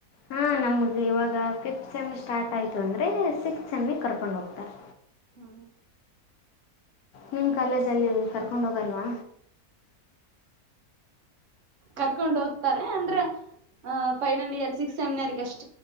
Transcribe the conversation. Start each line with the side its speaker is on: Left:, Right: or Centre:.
Left: ಹಾಂ ನಮಗೆ ಇವಾಗ ಫಿಫ್ತ್ ಸೆಮ್ ಸ್ಟಾರ್ ಆಯ್ತು ಅಂದ್ರೆ ಸಿಕ್ಸ್ ಸೆಮ್ ಕರ್ಕೊಂಡು ಹೋಗ್ತಾರೆ.
Right: ಹ್ಮ
Left: ನಿಮ್ ಕಾಲೇಜ ನಿವು ಕರ್ಕೊಂಡು ಹೋಗಲ್ವಾ.
Right: ಕರ್ಕೊಂಡ ಹೋಗ್ತಾರೆ ಅಂದ್ರೆ ಆ ಪೈಲಂಡ ಇಯರ್ ಸಿಕ್ಸ್ ಸೆಮಿನರ್ಗೆ ಅಷ್ಟೆ.